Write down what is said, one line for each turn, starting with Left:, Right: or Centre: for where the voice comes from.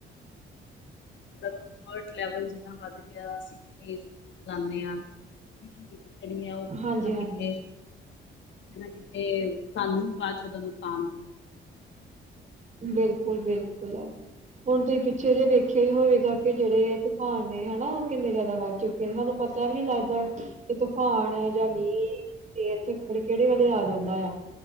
Left: ਜਿਹੜਾ ਕੰਫਰਟ ਲੈਵਲ ਜਿੰਨਾ ਵੱਧ ਗਿਆ ਅਸੀਂ ਨੇ ਏ ਸੀ ਵੀ ਚਲਾਦੇ ਆਂ। ਉਹਦੀ ਹੀਟ ਜਿਹੜੀ ਹੈ ਉਹ ਕਿਤੇ
Right: ਹਾਂਜੀ,
Left: ਨਾ
Right: ਹਾਂਜੀ।
Left: ਕਿਤੇ ਕਿ ਨਾ ਕਿਤੇ ਸਾਨੂੰ ਬਾਅਦ ਚ ਨੁਕਸਾਨ ਹੋ।
Right: ਬਿਲਕੁਲ -ਬਿਲਕੁਲ ਹੈ ਹੁਣ ਤੁਸੀਂ ਪਿੱਛੇ ਜੇਹੇ ਵਖਿਆ ਹੀ ਹੋਵੇਗਾ ਕਿ ਜਿਹੜੇ ਤੂਫਾਨ ਨੇ ਹਨਾ ਉਹ ਕਿੰਨੇ ਜ਼ਿਆਦਾ ਵੱਧ ਚੁੱਕੇ ਨੇ ਸਾਨੂੰ ਪਤਾ ਪਤਾ ਵੀ ਨੀ ਲੱਗਦਾ ਕਿ ਤੂਫਾਨ ਹੈ ਜਾਂ ਮੀਂਹ ਇਹ ਇਥੇ ਖੜ ਕਿਹੜੇ ਵੇਲੇ ਆ ਜਾਂਦਾ ਆ